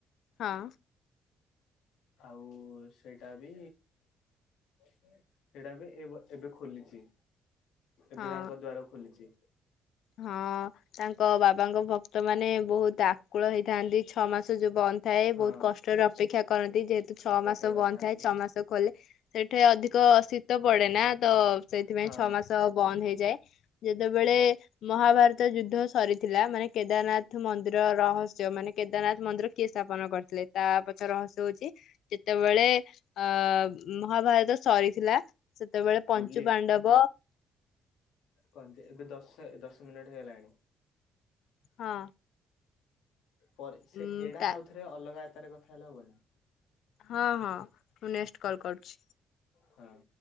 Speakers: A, on the left; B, on the left.
A: ହଁ।
B: ଆଉ ସେଇ ଟା ବି ସେଟାବି ଏବ ଏବେ ଖୋଲିଚି। ଏବେ
A: ହଁ
B: ତାଙ୍କ ଦ୍ଵାର ଖୋଲିଚି।
A: ହଁ ତାଙ୍କ ବାବାଙ୍କ ଭକ୍ତ ମାନେ ବହୁତ ଆକୁଳ ହେଇଥାନ୍ତି ଛଅ ମାସ ଯୁବ ଥାଏ
B: ହଁ।
A: ବହୁତ କଷ୍ଟରେ ଅପେକ୍ଷା କରନ୍ତି ଯେହେତୁ ଛଅ
B: ଅପେକ୍ଷା
A: ମାସ
B: କରିଥାନ୍ତି
A: ବନ୍ଦ ଥାଏ ଛଅ ମାସ ଖୋ ଲେ ସେଠା କେ ଅଧିକ ଶୀ ତ ପଡେ ନା ତ ସେଇଥିପାଇଁ
B: ହଁ
A: ଛଅ ମାସ ବନ୍ଦ ହେଇଯାଏ। ଯେତେବେଳେ ମହାଭାରତ ଯୁଦ୍ଧ ସରିଥିଲା ମାନେ କେଦାରନାଥ ମନ୍ଦିର ରହସ୍ୟ ମାନେ କେଦାରନାଥ ମନ୍ଦିର କିଏ ସ୍ଥାପନ କରିଥିଲେ ତା ପଛ ରହସ୍ୟ ହଉଚି ଯେତେବେଳେ ଅ ମହାଭାରତ ସରିଥିଲା। ସେତେବେଳେ ପଞ୍ଚୁ
B: ଗୁଡଲି
A: ପାଣ୍ଡବ
B: କହନ୍ତି ଏବେ ଦଶ ଦଶ ଦଶ ମିନିଟ ହେଇଗଲାଣି।
A: ହଁ।
B: ପରେ ସେ
A: ଉଁ
B: ଏଇଟା
A: ତା
B: ଆଉ ଥରେ ଅଲଗା ରେ କଥା ହେଲା ହବନା?
A: ହଁ ହଁ ମୁଁ ନେକ୍ସଟ କଲ୍ କରୁଛି।
B: ହଁ।